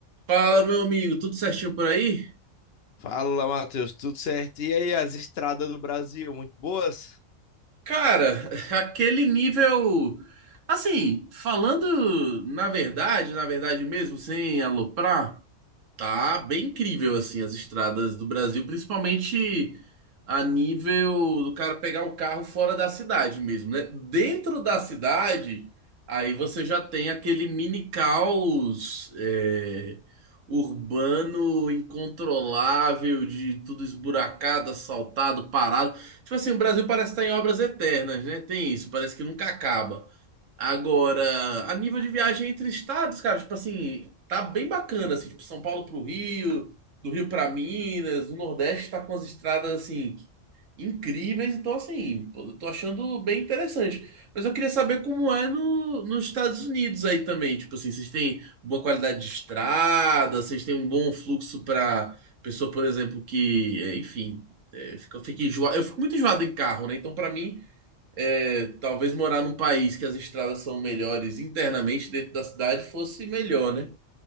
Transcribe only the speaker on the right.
Fala, meu amigo, tudo certinho por aí?
Cara, <laughs> aquele nível. Assim, falando na verdade, na verdade mesmo, sem aloprar. Tá bem incrível, assim, as estradas do Brasil, principalmente a nível do cara pegar o carro fora da cidade mesmo, né? Dentro da cidade, aí você já tem aquele mini caos é, urbano incontrolável, de tudo esburacado, assaltado, parado. Tipo assim, o Brasil parece estar em obras eternas, né? Tem isso, parece que nunca acaba. Agora, a nível de viagem entre estados, cara, tipo assim, tá bem bacana, assim, tipo São Paulo pro Rio, do Rio pra Minas, o Nordeste tá com as estradas, assim, incríveis, então, assim, pô, eu tô achando bem interessante. Mas eu queria saber como é no, nos Estados Unidos aí também, tipo assim, vocês têm boa qualidade de estrada, vocês têm um bom fluxo pra pessoa, por exemplo, que, é, enfim, é, fica, fica enjoa... eu fico muito enjoado em carro, né? Então, pra mim é, talvez morar num país que as estradas são melhores internamente dentro da cidade fosse melhor, né?